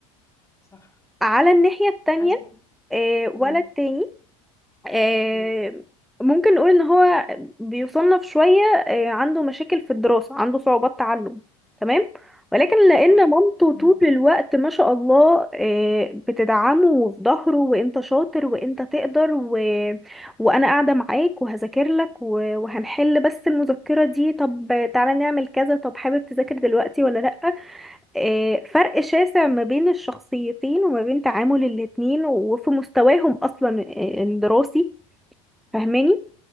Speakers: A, on the left; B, in the centre.
A: صح
B: على الناحيه التانية
A: عايزه اقول
B: آه، ولد
A: امم
B: تاني آه،
A: امم
B: ممكن نقول ان هو بيصنف شوية آه، عنده مشاكل في الدراسة عنده صعوبات تعلم تمام ولكن لان
A: صح
B: مامته
A: امم
B: طول الوقت ما شاء الله آه، بتدعمه وفي ظهره وانت شاطر وانت تقدر و... وانا قاعدة معاك وهذاكر لك و... وهنحل بس المذكرة دي طب تعالى نعمل كذا طب حابب تذاكر دلوقتي ولا لأ آه، فرق شاسع ما بين الشخصيتين وما بين تعامل الاتنين وفي مستواهم اصلا آه، الدراسي فاهماني